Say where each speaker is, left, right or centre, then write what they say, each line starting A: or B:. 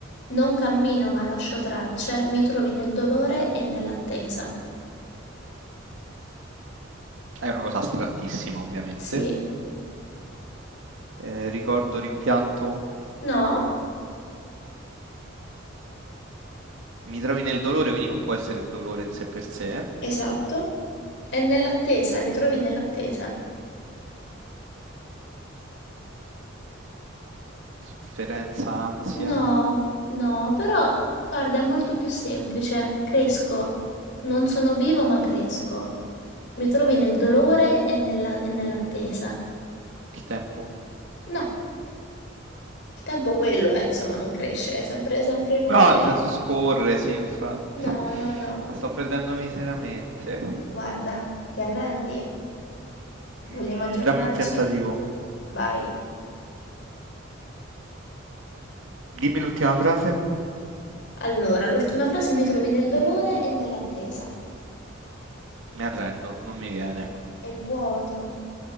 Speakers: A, on the left; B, on the right.
A: non cammino ma lascio tracce, mi trovi nel dolore e nell'attesa.
B: È una cosa astrattissima, ovviamente.
A: Sì,
B: Eh, ricordo, rimpianto.
A: no,
B: Mi trovi nel dolore, quindi non può essere il dolore in sé per sé.
A: esatto. E nell'attesa, mi trovi nell'attesa.
B: Sofferenza, ansia,
A: No, no, però guarda, è molto più semplice. Cresco. Non sono vivo ma cresco. Mi trovi nel dolore e nella- e nell'attesa.
B: il tempo.
A: No, il tempo quello è, insomma, non cresce, è sempre, sempre lui,
B: No,
A: eh.
B: nel senso scorre, sì, infatti.
A: No, no, no.
B: Sto perdendo miseramente.
A: Guarda, ti arrendi?
B: Mm,
A: Vogliamo aggiornarci?
B: Dammi un tentativo.
A: Vai.
B: Dimmi l'ultima frase.
A: Allora, l'ultima frase mi trovi nel dolore e nell'attesa.
B: Mi arrendo, non mi viene.
A: È il vuoto.